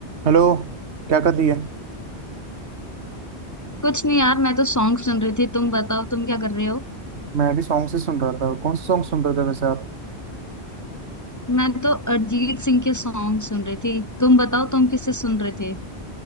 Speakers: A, on the right; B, on the left.
A: हेलो क्या कर रही है
B: कुछ नहीं यार मैं तो सॉन्ग सुन रही थी तुम बताओ तुम क्या कर रहे हो
A: मैं भी सॉन्ग से सुन रहा था कौन सा सॉन्ग सुन रहे थे वैसे आप
B: मैं तो अरिजीत सिंह के सॉन्ग सुन रही थी तुम बताओ तुम किससे सुन रहे थे